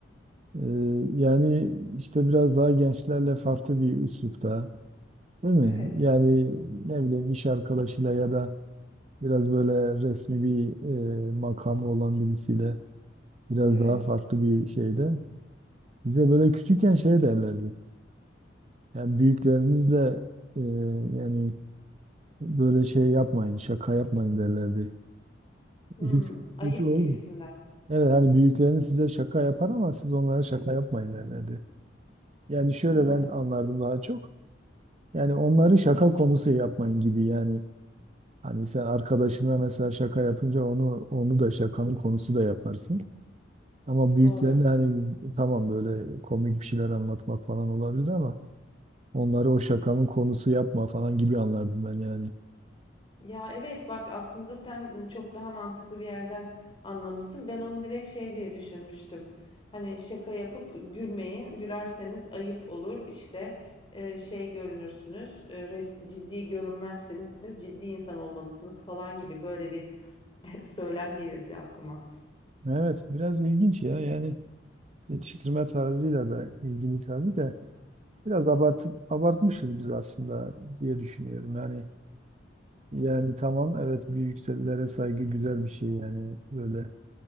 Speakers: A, on the right; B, on the left.
A: Ee, yani işte biraz daha gençlerle farklı bir üslupta, değil mi?
B: Evet,
A: Yani ne bileyim iş arkadaşıyla ya da biraz böyle resmi bir e, makamı olan birisiyle biraz
B: evet.
A: daha farklı bir şeyde. Bize böyle küçükken şey derlerdi. Yani büyüklerinizle e, yani Böyle şey yapmayın, şaka yapmayın derlerdi.
B: Hmm,
A: Hiç
B: ayıp
A: hiç olmuyor.
B: gibisinden.
A: Evet hani büyükleriniz size şaka yapar ama siz onlara şaka yapmayın derlerdi. Yani şöyle
B: Hı hı,
A: ben anlardım daha çok. Yani onları şaka konusu yapmayın gibi yani. Hani sen arkadaşına mesela şaka yapınca onu onu da şakanın konusu da yaparsın. Ama büyüklerine
B: doğru.
A: hani tamam böyle komik bir şeyler anlatmak falan olabilir ama onları o şakanın konusu yapma falan gibi anlardım ben yani.
B: Ya evet bak aslında sen çok daha mantıklı bir yerden anlamışsın. Ben onu direkt şey diye düşünmüştüm. Hani şaka yapıp gülmeyin. Gülerseniz ayıp olur. İşte e, şey görünürsünüz. e, res- ciddi görünmezsiniz. Ciddi insan olmalısınız falan gibi böyle bir <laughs> söylem gelirdi aklıma.
A: Evet biraz ilginç ya yani. Yetiştirme tarzıyla da ilgili tabii de biraz abart abartmışız biz aslında diye düşünüyorum. Yani yani tamam evet bir yükselilere saygı güzel bir şey yani böyle